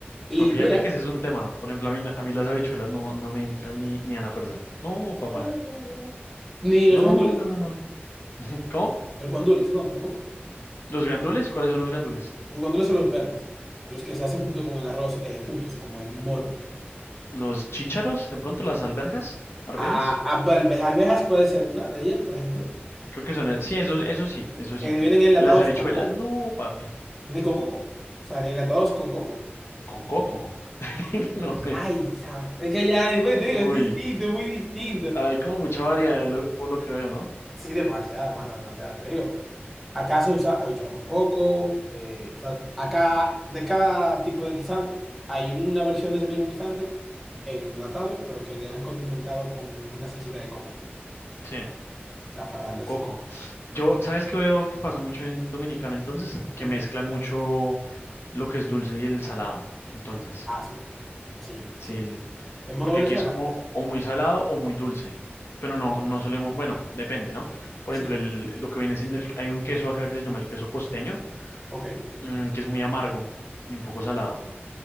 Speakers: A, in the centre; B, on the left (about 75°).
A: Y
B: Pero fíjate
A: mira,
B: que ese es un tema. Por ejemplo, a mí, a mí las habichuelas no, no me entran ni, ni a la fuerza. No, papá.
A: Ah, ya, ya. Ni los
B: No,
A: guandules.
B: no, no, no. ¿Cómo?
A: Los guandules, no, tampoco.
B: ¿Los gandules? ¿Cuáles son los gandules?
A: Los guandules son los verdes, los que se hacen junto con el arroz, eh, juntos, como en moro.
B: ¿Los chícharos? ¿De pronto las alberjas? ¿Arvejas?
A: A, a- alve- alvejas puede ser una de ellas, por ejemplo.
B: Creo que son. e- Sí, eso, eso sí, eso sí.
A: Eh, vienen enlatados
B: Pues las habichuelas,
A: con coco.
B: no, papi.
A: Ni con coco. O sea, ni enlatados con coco.
B: Con coco. <laughs> No, me-
A: Ay, santo. Es que ya, eh, te digo,
B: Uy.
A: es distinto, es muy distinto.
B: Hay como mucha variedad, lo- por lo que veo, ¿no?
A: Sí, demasiada, mano, demasiada, te digo. Acá se usa habichuelas con coco, eh, o sea, acá de cada tipo de guisante hay una versión de ese mismo guisante en enlatado, pero que le han condimentado con una salsita de coco.
B: Sí.
A: O sea, para
B: Con
A: darle
B: coco.
A: así.
B: Yo, ¿sabes qué veo que pasa mucho en Dominicana? Entonces, que
A: Ujú.
B: mezclan mucho lo que es dulce y el salado. Entonces,
A: Ah, sí, sí,
B: sí,
A: sí.
B: sí,
A: ¿En modo
B: porque
A: Venezuela?
B: aquí es como o muy salado o muy dulce. Pero no, no solemos, bueno, depende, ¿no? Por
A: Sí,
B: ejemplo, el, lo que viene siendo, el, hay un queso acá que se llama el queso costeño,
A: ok,
B: mm, que es muy amargo y un poco salado,